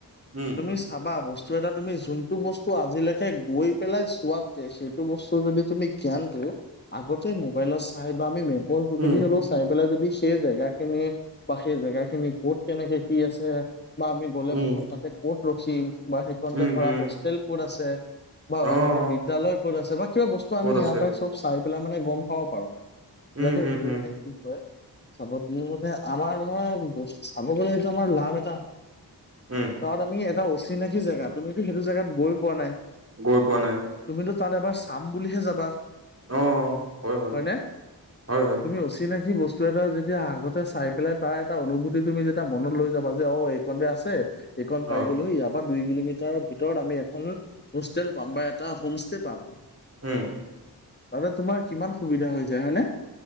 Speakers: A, on the right; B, on the left.
A: উম
B: তুমি চাবা বস্তু। চ এটা তুমি যোনতটো বস্তু আজিলৈকে গৈ পেলাই চোৱাতকে সেইটো বস্তু যদি তুমি জ্ঞানটো। আগতে মোবাইলত চাই বা আমি মেপ। যোগেদি
A: উম
B: হলেও চাই পেলাই যদি সেই জেগা খিনি বা সেই জেগা খিনি ক'ত। কেনেকে কি আছে বা আমি গ'লে
A: উম
B: প্ৰথম তাতে ক'ত ৰখিম। বা সেইখনতে
A: উম
B: ধৰা
A: উম
B: হোষ্টেল ক'ত আছে। বা
A: অ অ',
B: এনেকে বিদ্যালয় ক'ত আছে বা কিবা বস্তু
A: ক'ত
B: আমি ইয়াৰ
A: আছে
B: পৰাই চব চাই পেলাই মানে গম পাব পাৰো।
A: উম
B: যাতে
A: উম
B: সেইটো
A: উম
B: মানে কি হয় চাব মানে আমাৰ নহয় বস্তু। খাব গলে এইটো আমাৰ লাভ এটা হয়
A: উম
B: ত আমি এটা। চিনাকি জেগা তুমিতো সেইটো জোগাত গৈ পোৱা নাই।
A: গৈ পোৱা নাই।
B: তুমিতো তাত এবাৰ চাম বুলিহে যাবা
A: অ অ', হয় হয়
B: হয়নে?
A: হয় হয়
B: তুমি অচিনাই। কি বস্তু এটা যেতিয়া আগতে চাই পেলাই তাৰ এটা অনুভূতি। দি তুমি যেতিয়া মনত লৈ যাবা যে অ এইখনতে আছে এইখন
A: অ
B: পাই গ'লোহি ইয়াৰ পৰা দুই। কিলোমিটাৰৰ ভিতৰত আমি এখন হোষ্টেল পাম বা এটা হোম ষ্টেয় পাম।
A: উম।
B: মানে তোমাৰ কিমান সুবিধা হৈ যায় হয়নে?